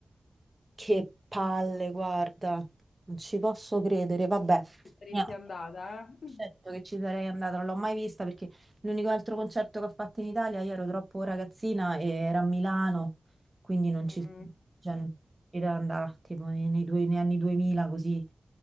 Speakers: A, on the right; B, on the left.
A: Che palle, guarda. Non ci posso credere, vabbè.
B: ci saresti
A: Niente.
B: andata, eh?
A: Certo che ci sarei andata, non l'ho mai vista perché l'unico altro concerto che ho fatto in Italia, io ero troppo ragazzina e era a Milano, quindi non
B: Mm.
A: ci cioè, non era andare tipo nei, nei due- negli anni 2000 così.